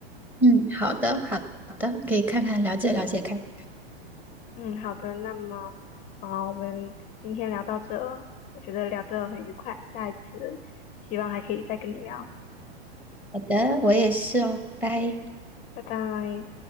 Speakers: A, in the centre; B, on the left.
A: 嗯，好的，好的，可以看看了解了解看。
B: 嗯，好的，那么啊、我们今天聊到这，我觉得聊得很愉快，下一次希望还可以再跟你聊，
A: 好的，我也是哦，拜。
B: 拜拜。